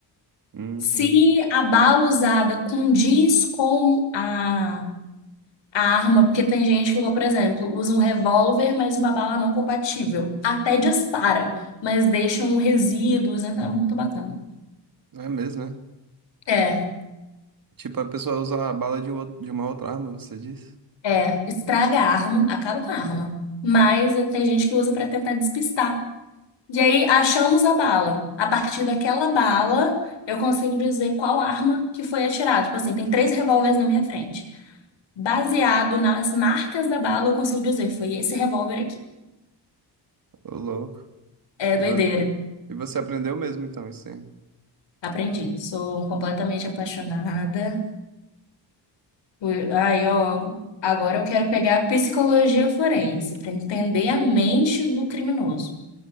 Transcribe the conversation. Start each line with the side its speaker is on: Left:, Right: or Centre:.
Right: Uhum.
Left: Se a bala usada condiz com a a arma, porque tem gente que, por exemplo, usa um revólver, mas uma bala não compatível. Até dispara, mas deixam resíduos, né? Tá muito bacana.
Right: É mesmo, né?
Left: É,
Right: Tipo, a pessoa usa a bala de, um outro- de uma outra arma, você diz?
Left: é, estraga a arma, acaba com a arma. Mas eh, tem gente que usa pra tentar despistar. E aí achamos a bala. A partir daquela bala, eu consigo dizer qual arma que foi atirada. Tipo assim, tem três revólveres na minha frente. Baseado nas marcas da bala, eu consigo dizer, foi esse revólver aqui.
Right: Ô, louco.
Left: É
Right: E
Left: doideira.
Right: vo- e você aprendeu mesmo, então, isso aí.
Left: Aprendi. Sou completamente apaixonada. por- Aí, ó, agora eu quero pegar a psicologia forense para entender a mente do criminoso.